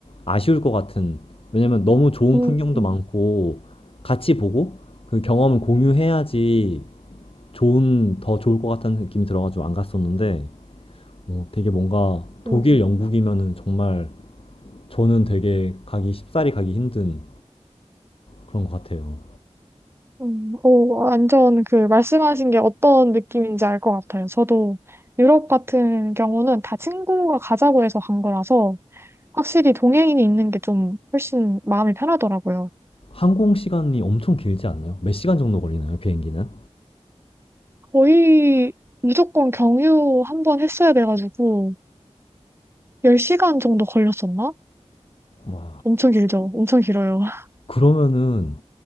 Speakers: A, on the left; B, on the right.
A: 아쉬울 것 같은 왜냐면 너무 좋은
B: 음,
A: 풍경도
B: 음.
A: 많고 같이 보고 그 경험을 공유해야지 좋은 더 좋을 것 같다는 느낌이 들어가지고 안 갔었는데 뭐 되게 뭔가 독일
B: 음.
A: 영국이면은 정말 저는 되게 가기 쉽사리 가기 힘든 그런 것 같아요.
B: 음, 오, 완전 그 말씀하신 게 어떤 느낌인지 알 것 같아요. 저도 유럽 같은 경우는 다 친구가 가자고 해서 간 거라서 확실히 동행인이 있는 게 좀 훨씬 마음이 편하더라고요.
A: 항공 시간이 엄청 길지 않나요? 몇 시간 정도 걸리나요 비행기는?
B: 거의 무조건 경유 한 번 했어야 돼가지고 10시간 정도 걸렸었나?
A: 와
B: 엄청 길죠. 엄청 길어요. <laughs>
A: 그러면은